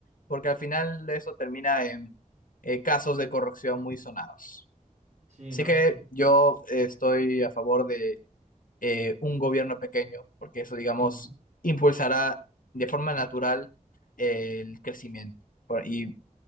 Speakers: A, on the left; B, on the right.
A: porque al final de eso termina en eh, casos de corrupción muy sonados.
B: Sí,
A: Así
B: no,
A: que
B: sí.
A: yo estoy a favor de eh, un gobierno pequeño, porque eso, digamos,
B: Ujú,
A: impulsará de forma natural el crecimiento. Por- Y,